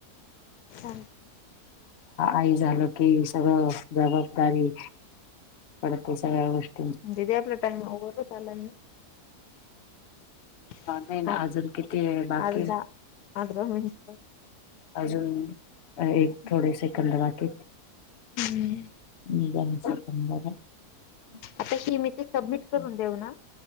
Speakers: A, on the left (about 80°); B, on the left (about 55°).
A: ह.
B: आई झालं की सगळं जबाबदारी... पडते सगळ्या गोष्टी...
A: <unintelligible> <unintelligible>
B: नाही ना अजून किती वेळ बाकी
A: <unintelligible>
B: अजून एक थोडे सेकंद बाकी.
A: रिकामा ऑडिओ
B: <unintelligible>
A: <unintelligible> ते सबमिट करून देऊ ना